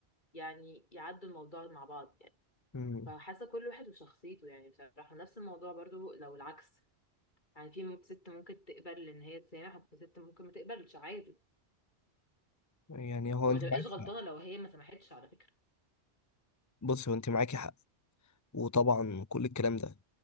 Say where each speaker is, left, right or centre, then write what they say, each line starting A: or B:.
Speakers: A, on the left (about 45°); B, on the left (about 30°).
A: يعني يعدوا الموضوع مع بعض يعني
B: مم.
A: فحاسة كل واحد وشخصيته يعني بصراحة نفس الموضوع برضو لو العكس يعني في م- ست ممكن تقبل ان هي تسامح وفي ست ممكن ما تقبلش عادي
B: يعني هو
A: وما
B: انت
A: تبقاش
B: معاكي
A: غلطانة
B: حق
A: لو هي ما سمحتش على فكرة
B: بص هو انت معاكي حق وطبعا كل الكلام ده